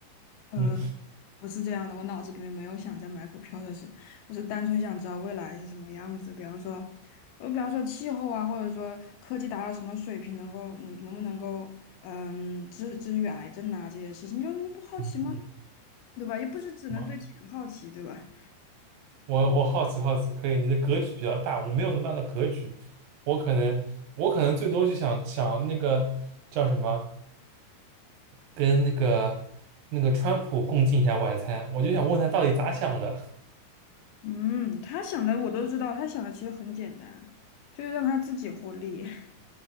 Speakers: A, on the left; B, on the right.
A: <laughs> 呃。
B: 嗯
A: 不是这样的，我脑子里面没有想在买股票的事，我是单纯想知道未来是什么样子。比方说，呃，比方说气候啊，或者说科技达到什么水平，能够能能不能够，嗯，治治愈癌症啊这些事情，就你不好奇吗？
B: 嗯嗯，
A: 对吧？又不是只能对钱好奇，
B: 我
A: 对吧？
B: 我我好奇好奇，可以，你的格局比较大，我没有那么大的格局，我可能我可能最多就想想那个叫什么。跟那个那个川普共进一下晚餐，我就想问他到底咋想的，
A: 嗯，他想的我都知道，他想的其实很简单，就是让他自己获利。<laughs>